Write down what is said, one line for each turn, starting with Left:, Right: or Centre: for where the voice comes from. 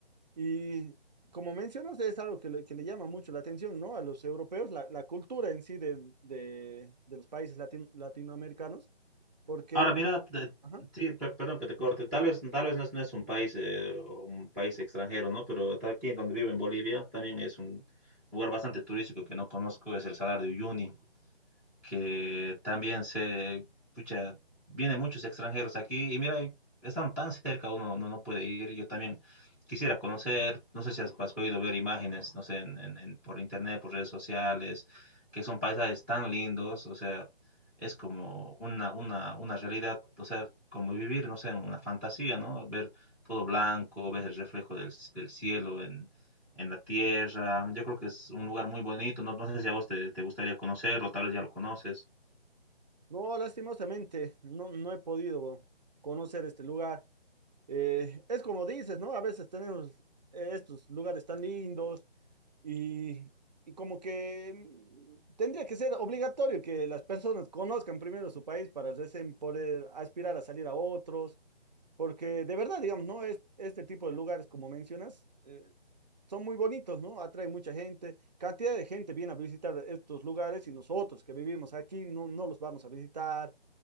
Right: Y como mencionas, es algo que le, que le llama mucho la atención, ¿no? A los europeos, la, la cultura en sí del- de, de los países latin- latinoamericanos porque,
Centre: Ahora mira, de-
Right: ajá,
Centre: sí, per- perdón que te corte,
Right: sí,
Centre: tal
Right: sí.
Centre: vez, tal vez no es, no es un país, eh, un país extranjero, ¿no? Pero ta- aquí donde vivo en Bolivia también es un lugar bastante turístico que no conozco, es el Salar de Uyuni que también se, pucha, vienen muchos extranjeros aquí y mira, y están tan cerca, uno no, no puede ir. Yo también quisiera conocer, no sé si has, has podido ver imágenes, no sé, en- en- en- por internet, por redes sociales, que son paisajes tan lindos, o sea, es como una, una, una realidad, o sea, como vivir, no sé, en una fantasía, ¿no? Ver todo blanco, ves el reflejo del, del cielo en la tierra. Yo creo que es un lugar muy bonito. No, no sé si a vos te, te gustaría conocerlo, tal vez ya lo conoces.
Right: no, lastimosamente, no, no he podido conocer este lugar. Eh, es como dices, ¿no? A veces tenemos eh, estos lugares tan lindos y, y como que mm, tendría que ser obligatorio que las personas conozcan primero su país para recién poder aspirar a salir a otros. Porque de verdad, digamos, ¿no? Es, este tipo de lugares, como mencionas, eh, son muy bonitos, ¿no? Atraen mucha gente. Cantidad de gente viene a visitar estos lugares y nosotros que vivimos aquí no, no los vamos a visitar.